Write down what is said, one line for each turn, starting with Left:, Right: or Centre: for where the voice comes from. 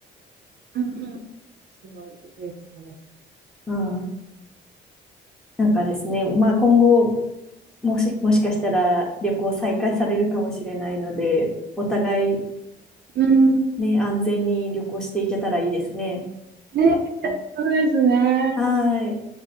Right: うんうん。すごい良いことです。
Centre: うん。なんかですね、まあ今後、もし、もしかしたら旅行再開されるかもしれないので、お互い
Right: うん。
Centre: ね、安全に旅行していけたらいいですね。
Right: ね、そうですね。
Centre: はーい。